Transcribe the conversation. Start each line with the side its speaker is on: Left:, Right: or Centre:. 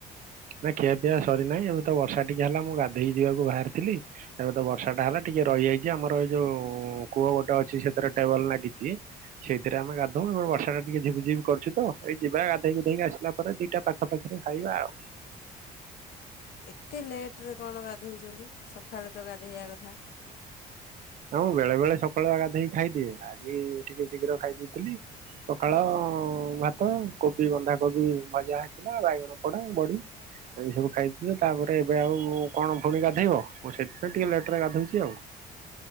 Right: ନା ଖିଆ ପିଇଆ ସରିନାହିଁ ଏବେ ତ ବର୍ଷା ଟିକେ ହେଲା ମୁଁ ଗାଧେଇ ଯିବାକୁ ବାହାରିଥିଲି। ଏବେ ତ ବର୍ଷା ଟା ହେଲା। ଟିକେ ରହିଯାଇଛି ଆମର ଏ ଯଉ-ଉ-ଉ କୂଅ ଗୋଟେ ଅଛି ସେଥିରେ ଟେବଲ ଲାଗିଛି ସେଇଥିରେ ଆମେ ଗାଧ ହ ବର୍ଷା ଟିକେ ଝିପି ଝିପି କରୁଚି ତ ଏଇ ଯିବା ଗାଧୋଇ ଗୁଧେଇକି ଆସିଲା ପରେ ଦିଟା ପାଖା ପାଖିରେ ଖାଇବା ଆଉ।
Left: ଏତେ ଲେଟରେ କଣ ଗାଧଉଛନ୍ତି? ସକାଳେ ତ ଗାଧୋଇବା କଥା।
Right: ହ ମୁଁ ବେଳେ ବେଳେ ସକାଳୁଆ ଗାଧୋଇକି ଖାଇଦିଏ। ଆଜି ଟିକେ ଶୀଘ୍ର ଖାଇ ଦେଇଥିଲି। ସକାଳ-ଅ-ଅ-ଅ ଭାତ କୋବି ବନ୍ଧାକୋବି ଭଜାହେଇଥିଲା ବାଇଗଣ ପୋଡା, ବଡି। ଏଇ ସବୁ ଖାଇଥିଲେ ତାପରେ ଏବେ ଆଉ କଣ ପୁଣି ଗାଧେଇବ ମୁଁ ସେଥିପାଇଁ ଟିକେ ଲେଟ ରେ ଗାଧଉଛି ଆଉ।